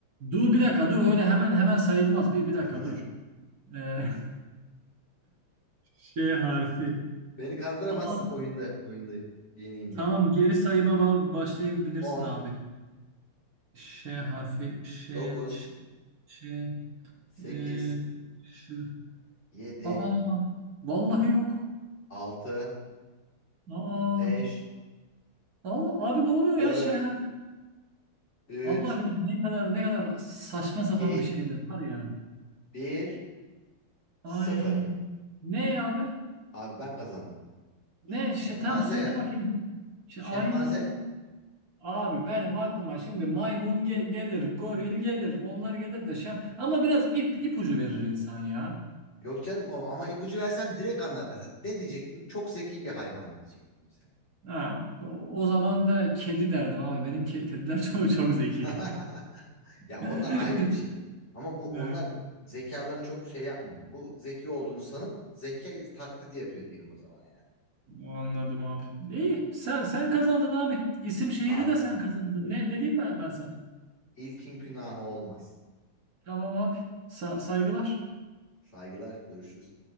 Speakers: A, on the right (about 45°); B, on the left (about 30°).
A: Dur bir dakika dur öyle hemen hemen sayılmaz. Bir, bir
B: Bana
A: dakika
B: ne?
A: dur. Ee, Ş harfi.
B: Beni kandıramazsın
A: Aa,
B: oyunda. Oyunda yeneyim
A: tamam
B: diye.
A: geri sayıma ba- başlayabilirsin
B: On.
A: abi. Ş harfi. Ş.
B: Dokuz.
A: Ş. Ş.
B: Sekiz.
A: E, şu.
B: Yedi.
A: Aa. Vallahi yok.
B: Altı.
A: Aa.
B: Beş.
A: Allah, abi ne oluyor
B: Dört.
A: ya Ş harfi?
B: Üç.
A: Allah bilir ne kadar ne kadar saçma
B: 2,
A: sapan bir şeydir var ya.
B: Bir. Sıfır.
A: Ay. Ne abi?
B: Abi ben kazandım.
A: Ne?
B: Ş- Şempanze
A: Şey, tamam söyle
B: ya.
A: bakayım. Şey,
B: Şempanze.
A: ay. Abi benim aklıma şimdi maymun ge- gelir, goril gelir, onlar gelir de şem. Ama biraz ip ipucu verir insan ya.
B: Yok canım o, ama ipucu versem direkt anlar mesela. Ne diyecektim? Çok zeki bir hayvan diyecektim mesela.
A: Ha, o, o zaman da kedi derdim abi. Benim ke- kediler <laughs> çok çok zeki.
B: <laughs>
A: <laughs>
B: Ya onlar ayrı bir şey. Ama bu
A: Evet,
B: onlar zekalarını çok şey yapmıyorlar. Bu zeki olduğunu sanıp zeki taklidi yapıyor diyelim o zaman yani.
A: anladım abi. İyi, sen sen kazandın abi. İsim şehri
B: Abi
A: de sen kazandın. Ne ne diyeyim ben ben sana?
B: ilkin günahı olmaz.
A: Tamam abi. Sa- saygılar.
B: Saygılar, görüşürüz.